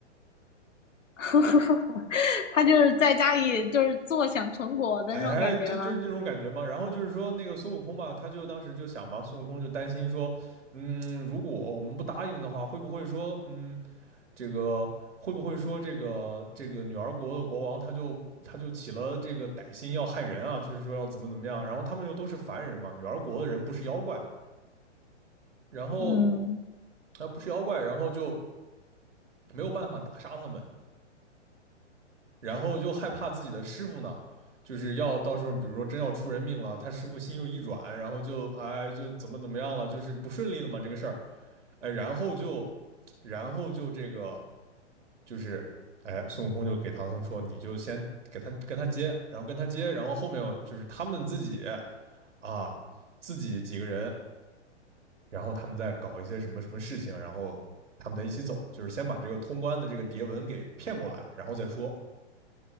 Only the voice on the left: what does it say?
<laughs> 他就是在家里就是坐享成果的那种感觉吗？
嗯，